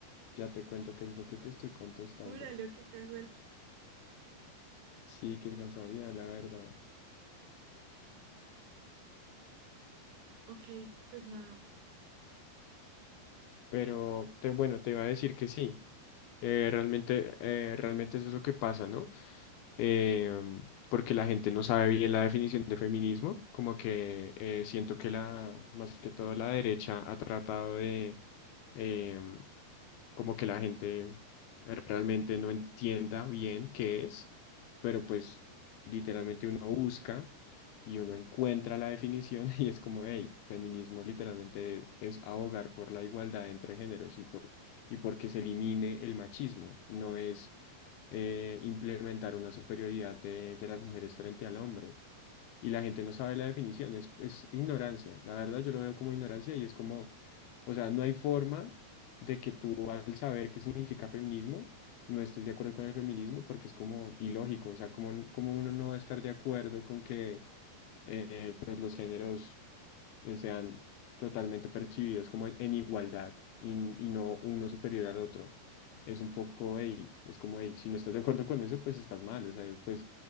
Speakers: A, on the left; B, on the right.
A: Ya te cuento qué es lo que te estoy contestando.
B: júralo, qué casualidad.
A: Sí, que alcanzaría, la verdad.
B: Ok, pues nada.
A: Pero te- bueno, te iba a decir que sí. Eh, realmente, eh, realmente eso es lo que pasa, ¿no? Em, porque la gente no sabe bien la definición de feminismo. Como que eh, siento que la, más que todo la derecha ha tratado de, em, como que la gente realmente no entienda bien qué es, pero pues literalmente uno busca y uno encuentra la definición <laughs> y es como, hey, feminismo literalmente es abogar por la igualdad entre géneros y por, y porque se elimine el machismo, no es eh, implementar una superioridad de, de las mujeres frente al hombre y la gente no sabe la definición, es, es ignorancia. La verdad yo lo veo como ignorancia y es como, o sea, no hay forma de que tú al saber qué significa feminismo, no estés de acuerdo con el feminismo porque es como ilógico, o sea, como, como uno no va a estar de acuerdo con que eh, pues los géneros eh, sean totalmente percibidos como en, en igualdad y, n- y no uno superior al otro. Es un poco, "Ey", es como, "Ey, si no estás de acuerdo con eso, pues estás mal. O sea, pues,